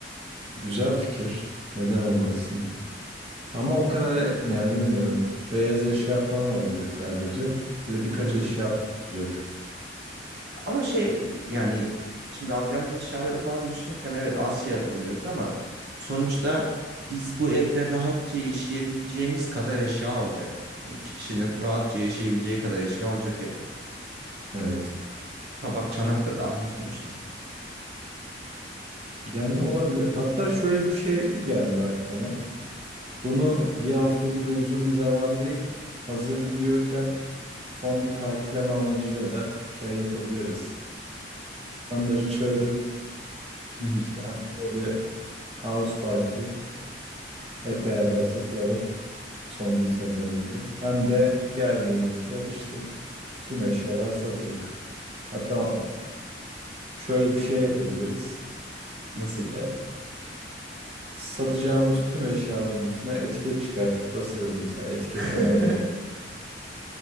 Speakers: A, on the right; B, on the right.
A: Güzel fikir. Neden olmasın? Ama o kadar e- yani bilmiyorum. Beyaz eşya falan olacak sadece. Bir de birkaç
B: Hı hı.
A: eşya olacak.
B: Ama şey yani şimdi alacağımız eşyaları falan düşünürken evet az şey alalım diyoruz ama sonuçta biz bu evde rahatça yaşayabileceğimiz kadar eşya olacak. Yani iki kişinin rahatça yaşayabileceği kadar eşya olacak evde.
A: Evet.
B: Tabak çanak da dahil sonuçta.
A: Yani olabilir. Hatta şöyle bir şey geldi aklıma. Bunu bir hafta gibi uzun bir zaman değil. Hazır gidiyorken son bir partileme amacıyla da şey yapabiliriz. insanları çağırıp
B: Hı hı.
A: işte böyle house party hep beraber takılalım son gitmeden önce. Hem de geldiğinizde işte tüm eşyalar satılık. Hatta şöyle bir şey yapabiliriz.
B: Nasıl?
A: E, satacağımız tüm eşyaların üstüne etiket çıkartıp basarız mesela etiket
B: <laughs>
A: tabanca.